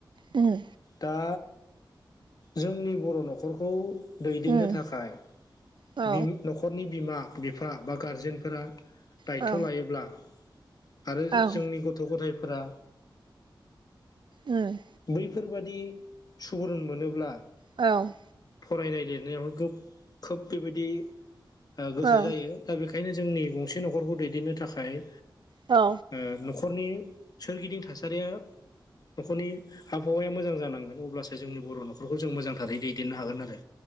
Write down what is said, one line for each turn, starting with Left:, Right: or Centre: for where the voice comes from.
Right: उम
Left: दा जोंनि बर' न'खरखौ दैदेननो
Right: उम
Left: थाखाय
Right: औ
Left: बिम नख न'खरनि बिमा बिफा बा गारजेनफोरा दायथ'
Right: औ
Left: लायोब्ला आरो
Right: औ
Left: जोंनि गथ' गथायफोरा
Right: उम
Left: बैफोरबादि सुबुरुन मोनोब्ला
Right: औ
Left: फरायनाय लिरनायावबो खोब बेबायदि ओ गोसो
Right: औ
Left: जायो
Right: उम औ
Left: दा बेखायनो जोंनि गंसे न'खरखौ दैदेननो थाखाय
Right: औ
Left: ओ न'खरनि सोरगिदिं थासारिया न'खरनि आबहावाया मोजां जानांगोन अब्लासो जोंनि बर' न'खरखौ जों मोजांथारै दैदेननो हागोन आरो